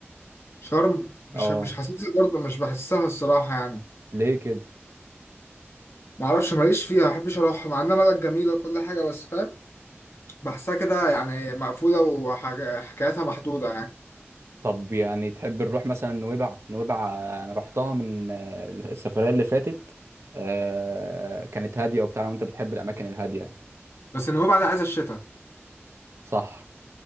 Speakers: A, on the left; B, on the right.
A: شرم مش
B: آه
A: مش حاسسها برضه مش بحسها الصراحة يعني
B: ليه كده
A: معرفش ماليش فيها ما بحبش اروحها مع انها بلد جميلة كل حاجة بس فاهم بحسها كده يعني مقفولة وحكاياتها محدودة يعني
B: طب يعني تحب نروح مثلا نويبع نويبع آه، أنا رحتها من آه، السفرية اللي فاتت آه، كانت هادية وبتاع وأنت بتحب الأماكن الهادية يعني
A: بس النوبة بعد عايزة الشتاء
B: صح